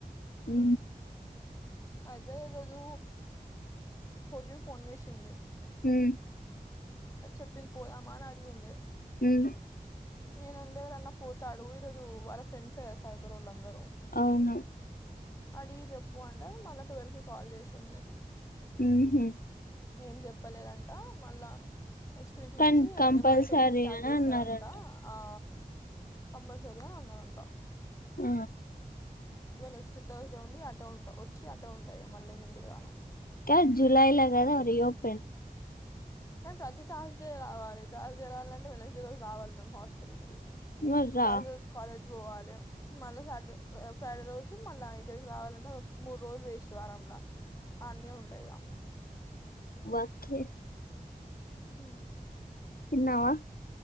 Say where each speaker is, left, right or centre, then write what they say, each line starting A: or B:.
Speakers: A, on the left; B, on the left.
A: ఉ
B: అదే ఈ రోజు ఫోటీవ్ ఫోన్ చేసింది
A: మ్మ్
B: చెప్పింది పోదమా అని అడిగింది
A: మ్మ్
B: నేను ఉండే ఎవరన్నా పో తడుగి ఈరోజు వాళ్ళ ఫ్రెండ్స్ ఎ గదా సైబరోళ్ల దరు
A: అవును
B: అడిగి చెప్పు అంటే మళ్ళా ట్వెల్ కి కాల్ చేసిందిే
A: ఉహ్మ్
B: ఏం చెప్పలేదంట మళ్ళా నెక్స్ట్ వీక్
A: కానీ
B: నుంచి
A: కంపల్సరీ
B: ఏమన్నా ట్రైనింగ్ స్టార్ట్
A: అని
B: చేస్తారంట
A: అన్నారంట
B: ఆ కంపల్సరి ఉండాలంట
A: ఆ
B: ఇగ నెక్స్ట్ థర్స్డే ఉండి అటె ఉంటా వచ్చి అటె ఉంటా ఇగ మళ్లెం ఇంటికి రాను
A: కా జూలైలా కాదా రిఓపెన్
B: కని ప్రతి థర్స్డేవాలి థర్స్డే రావాలంటే వెనర్స్డే రోజు రావాలి మీమ్ హాస్టల్ కి
A: మరి రా
B: థర్స్ డే కాలేజ్ పోవాలి మళ్ళా సాటర్డే ఫ్రైడే రోజు మళ్ళా ఇక్కడికి రావాలంటే మూడు రోజులు వేస్ట్ వారంలా అన్నే ఉంటయిగా
A: వాకే
B: ఆహ్
A: తిన్నావా